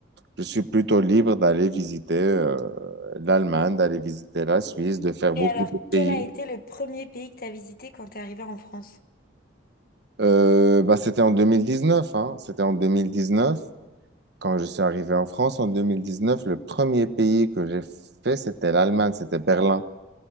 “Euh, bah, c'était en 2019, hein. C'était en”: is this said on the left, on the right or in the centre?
Right